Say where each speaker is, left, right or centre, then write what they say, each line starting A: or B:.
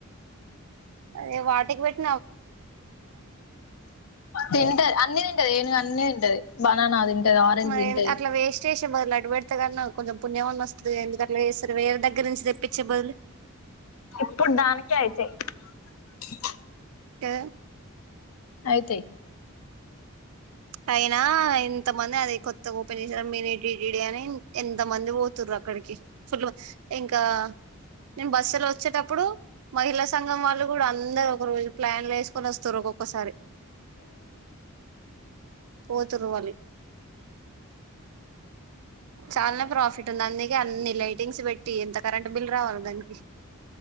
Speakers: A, on the right; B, on the left.
A: అదే వాటికి పేట్
B: తింటారు అన్ని తింటది ఏనుగు అన్ని టది బనానా తింటది, ఆరెంజ్
A: మరి
B: తింటది
A: అట్లా వేస్ట్ చేసే బదులు అటు పెడితే కన్నా కొంచెం పుణ్యమన్న వస్తదిగా ఎందుకట్లా చేస్తారు వేరే దగ్గర నుంచి తెప్పించే బదులు
B: ఇప్పుడు దానికే <inaudible>
A: టే
B: అయితే
A: అయినా ఇంత మంది అది కొత్తగా ఓపెన్ చేసిర్రు మీని డిడిడి అని ఎంత మంది పోతుర్రు అక్కడికి ఫుల్ ఇంకా నేను బస్సులో వచ్చేటప్పుడు మహిళా సంఘం వాళ్ళు కూడా అ అందరు ఒక రోజు ప్లాన్లు వేసుకొని వస్తుంర్రు ఒక్కొక్కసారి పోతుర్రు వాళ్లు చాలానే ప్రాఫిట్ ఉంది అందుకి అన్ని లైటింగ్స్ పెట్టి ఎంత కరెంట్ బిల్ రావాలి దానికి <inaudible>